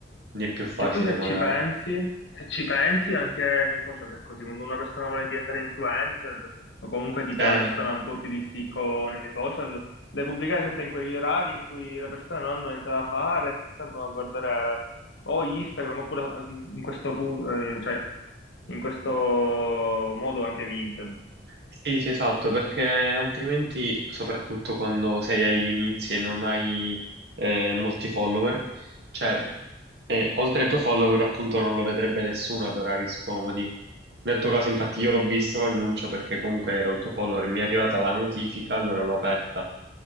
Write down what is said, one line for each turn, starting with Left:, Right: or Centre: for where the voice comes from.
Right: quindi è più facile
Left: E poi se
Right: magari.
Left: ci pensi, se ci pensi anche nei social è così, quando una persona vuole diventare influencer o comunque tipo
Right: Eh.
Left: una persona un po' più di spicco nei social, deve pubblicare sempre in quegli orari in cui le persone non hanno niente da fare, si stanno a guardare o Instagram oppure eh, in questo, pu- eh, cioè, in questo modo anche Vinted.
Right: Sì, sì, esatto, perché altrimenti, soprattutto quando sei agli inizi e non hai eh, molti follower, cioè, eh, oltre ai tuoi follower, appunto, non lo vedrebbe nessuno ad orari scomodi. Nel tuo caso, infatti, io l'ho visto l'annuncio perché comunque era il tuo follower, mi è arrivata la notifica, allora l'ho aperta.